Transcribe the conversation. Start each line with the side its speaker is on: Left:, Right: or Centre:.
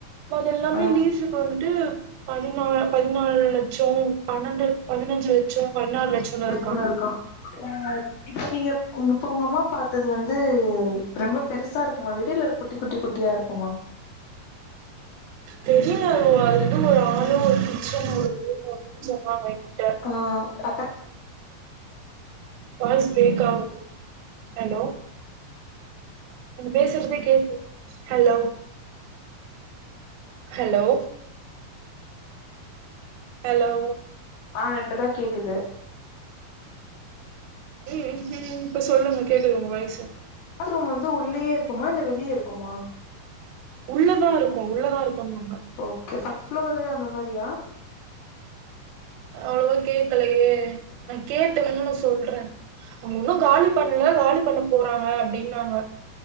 Right: அது எல்லாமே
Left: ஆ
Right: லீஸுக்கு வந்ட்டு பதினா பதினாலு லட்சோ பணண்டு பதினஞ்சி லட்சோ பதினறு லட்சோனாரு
Left: கொன்னாருக்கா அ இப்ப நீங்க உங்க அப்பா அம்மா பாத்தது வந் து ரெம்ப பெருசா இருக்குமா வீடு இல்ல குட்டி குட்டி குட்டியா இருக்குமா
Right: தெரியில அது வந்து ஒரு ஹாலு ஒரு கிச்சனு ஒரு ரூம்மு அப்டி ஞ்சம்மா மயங்கிட்ட
Left: ஆ அட்டா
Right: வாய்ஸ் பிரேக் ஆகுது ஹலோ நீங்க பேசறதே கேக்கல ஹலோ ஹலோ ஹலோ
Left: ஆ இப்பதா கேக்குது
Right: ம் ம் இப்ப சொல்லுங்க கேக்குது வாய்ஸு
Left: பாத்ரூம் வந்து உள்ளயே இருக்குமா இல்ல வெளியே இருக்குமா
Right: உள்ளதா இருக்கு உள்ளதா இருக்குன்னாங்க
Left: ஓகே ஃபஸ்ட் ஃப்ளோரு அந்த மாரியா
Right: அவ்ளாவா கேக்கலையே நா கேட்ட வேனுனா சொல்றே அவுங்க உன்னு காலி பண்ல காலி பண்ண போறாங்க அப்டின்னாங்க